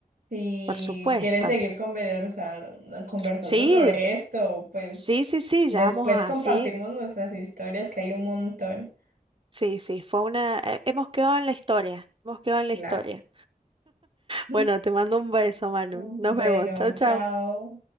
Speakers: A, on the right; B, on the right.
A: Si
B: por supuesto.
A: quieres seguir conversar, conversando
B: Sí,
A: sobre esto, pues
B: sí, sí, sí,
A: después
B: ya vamos a,
A: compartimos
B: sí,
A: nuestras historias, que hay un montón.
B: sí, sí, fue una, eh, hemos quedado en la historia, hemos quedado en
A: Claro.
B: la historia.
A: <laughs>
B: Bueno, te mando un beso, Manu.
A: Bueno,
B: Nos vemos. Chau,
A: chao.
B: chau.